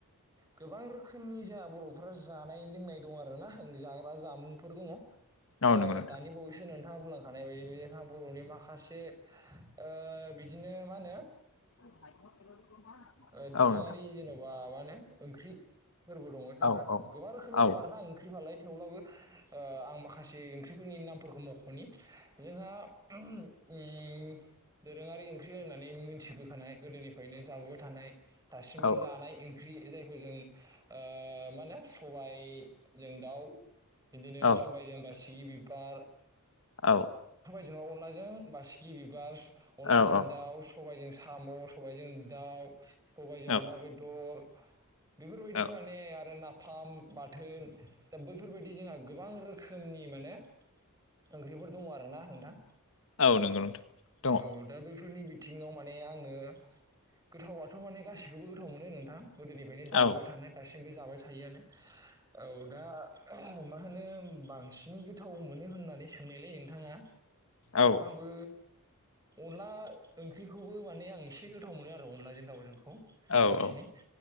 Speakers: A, on the right; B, on the left.
A: गोबां रोखोमनि जाहा बर'फोरा जानाय लोंनाय दं आरो ना जाग्रा जामुंफोर दङ ओ
B: औ नंगौ नोंथां
A: दानि बावैसो नों थांङा बुंलांखानाय बायदि जोंहा बर'नि माखासे ओ बिदिनो मा होनो
B: <inaudible>
A: ओ दोरोङारि
B: औ नोंथां
A: जेन'बा मा होनो ओंख्रि फोरबो दङ' जोंहा
B: औ औ
A: गोबां रोखोमनि
B: औ
A: दं आरो ना ओंख्रि फालाय थेवब्लाबो ओ आं माखासे ओंख्रिफोरनि नाम फोरखौ मख'नि जोंहा उम इ दोरोङारि ओंख्रि होननानै मि थिबोखानाय गोदोनिफ्रायनो जाबोबाय थानाय दासिमबो
B: औ
A: जानाय ओं ख्रि जायखौ जों ओ मा होनो सबाय जों दाउ बिदिनो
B: औ
A: सबायजों बासिगि बिबार
B: औ
A: जेनेबा अनलाजों बासिगि बिबार अनलाजों
B: औ
A: दाउ सबाइजों साम' सबाइजों दाउ सबाइजों
B: औ
A: अमा बेदर बेफोरबायदि
B: औ
A: माने आरो नाफाम बाथोन दा बैफोरबायदि जोंहा गोबां रोखोमनि माने ओंख्रिफोर दङ' आरो ना नोंथां
B: औ नंगौ नोंथां दङ
A: औ दा बैफोरनि बि थिङाव माने आंङो गोथावाथ' माने गासैखौबो गोथाव मोनो नोंथां गोदोनिफ्रायनो जाबोबाय
B: औ
A: थानाय दासिमबो जाबाय थायोआनो औ दा ओ मा होनो बांसिनै गोथाव मोनो होननानै सोंनायलाय नोंथाङा
B: औ
A: आंबो अनला ओंख्रिखौबो माने आं एसे गोथाव मोनो आ रो अनलाजों दाउजोंखौ
B: औ
A: बांसिनै
B: औ